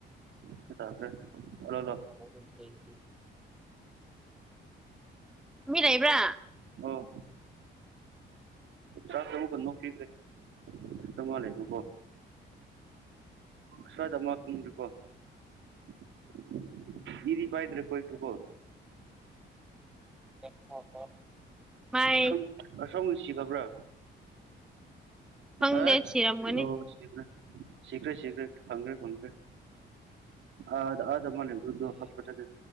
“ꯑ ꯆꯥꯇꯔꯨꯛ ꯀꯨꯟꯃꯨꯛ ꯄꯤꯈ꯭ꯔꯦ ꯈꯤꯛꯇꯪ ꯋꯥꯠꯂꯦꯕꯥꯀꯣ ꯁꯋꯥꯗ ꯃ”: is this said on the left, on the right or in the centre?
Right